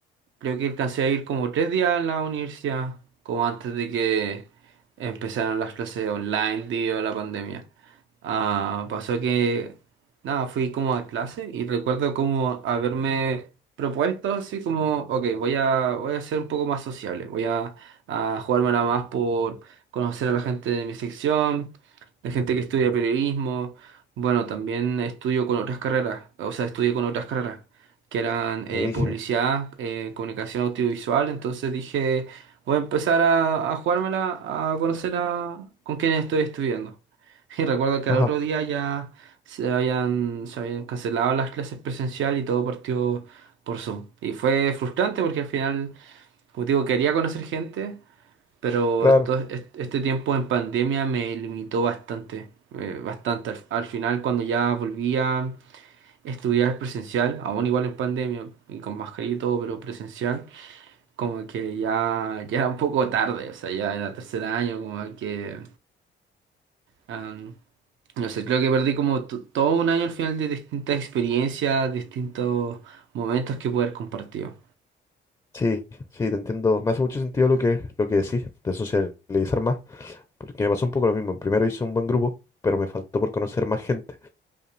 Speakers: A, on the right; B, on the left.
A: Creo que alcancé a ir como tres días a la universidad, como antes de que empezaran las clases online debido a la pandemia. Ah, pasó que, nada, fui como a clase y recuerdo como haberme propuesto así como, ok, voy a, voy a ser un poco más sociable, voy a, a jugármela más por conocer a la gente de mi sección, la gente que estudia periodismo. Bueno, también estudio con otras carreras, o sea, estudié con otras carreras que eran eh,
B: buenísimo.
A: publicidad, eh, comunicación audiovisual, entonces dije, voy a empezar a, a jugármela, a conocer a, con quién estoy estudiando. <laughs> Y recuerdo que
B: Ajá,
A: al otro día ya se habían, se habían cancelado las clases presencial y todo partió por Zoom. Y fue frustrante porque al final, como te digo, quería conocer gente, pero
B: claro.
A: to- est- este tiempo en pandemia me limitó bastante, eh, bastante. Al, al final, cuando ya volvía estudiar presencial, aún igual en pandemia y con mascarilla y todo, pero presencial, como que ya, ya era un poco tarde, o sea, ya era tercer año, como que, am, no sé, creo que perdí como to- todo un año al final de distintas experiencias, distintos momentos que poder compartido.
B: Sí, sí, te entiendo. Me hace mucho sentido lo que, lo que decís, de socializar más, porque me pasó un poco lo mismo. En primero hice un buen grupo, pero me faltó por conocer más gente.